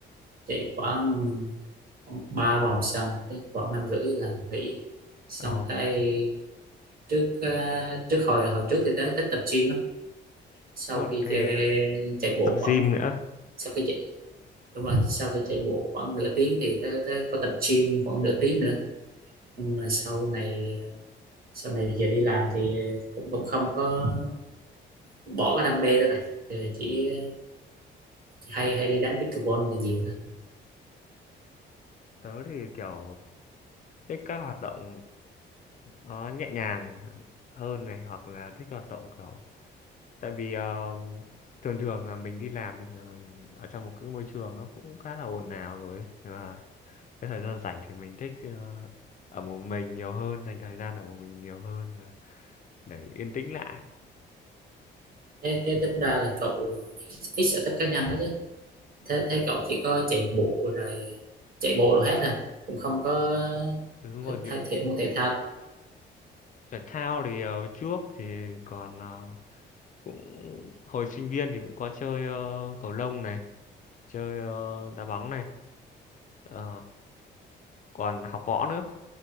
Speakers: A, on the right (about 50°); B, on the left (about 40°).
A: chạy khoảng ba vòng sân đến khoảng năm rưỡi là nghỉ xong
B: ồ
A: cái trước à, trước hồi hồi trước thì tớ thích tập gym lắm sau
B: Ồ,
A: khi
B: thế
A: chạy,
B: ờ,
A: chạy bộ
B: tập
A: khoảng
B: gym nữa
A: sau khi chạy đúng rồi sau khi chạy bộ khoảng nửa tiếng thì tớ, tớ có tập gym khoảng nửa tiếng nữa nhưng mà sau này sau này giờ đi làm thì ờ, cũng cũng không có bỏ cái đam mê đó rồi Giờ chỉ hay hay đi đánh pickleball là nhiều thôi
B: tớ thì kiểu thích các hoạt động nó nhẹ nhàng hơn này hoặc là thích hoạt động kiểu tại vì ờ, thường thường là mình đi làm mình ở, ở trong một cái môi trường nó cũng khá là ồn ào rồi ấy. nhưng mà cái thời gian rảnh thì mình thích ờ, ở một mình nhiều hơn dành thời gian ở một mình nhiều hơn và để yên tĩnh lại
A: thế thế tính ra là cậu ít ít sở thích cá nhân đó chứ thế thấy cậu chỉ có chạy bộ rồi chạy bộ rồi hết à cũng không có,
B: đúng
A: có
B: rồi những-
A: thể thể môn thể thao
B: thể thao thì ờ, trước thì còn ờ, cũng hồi sinh viên thì cũng có chơi ờ, cầu lông này chơi ờ, đá bóng này Ờ, còn học võ nữa